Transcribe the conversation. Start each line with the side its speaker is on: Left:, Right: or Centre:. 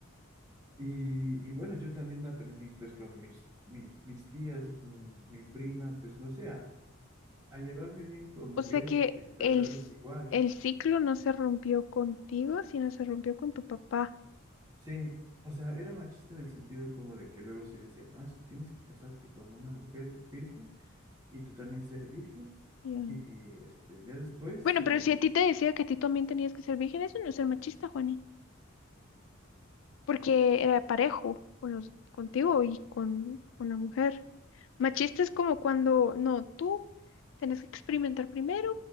Right: y, y bueno, yo también aprendí pues con mis, mi- mis tías, mi, mi prima, pues no sé, a, a llevarme bien con mujeres,
Left: O sea que
Right: este, tratarlas
Left: el, c-
Right: igual.
Left: el ciclo no se rompió contigo, sino se rompió con tu papá.
Right: Sí, o sea, era machista en el sentido como de que luego sí decían, no, es que tienes que casarte con una mujer virgen y tú también ser virgen.
Left: Ya.
Right: Y este, ya después
Left: Bueno,
Right: en
Left: pero
Right: el,
Left: si a ti te decía que a ti también tenías que ser virgen, eso no es ser machista, Juani, porque era parejo con los, contigo y con, con la mujer. Machista es como cuando, no, tú tenés que experimentar primero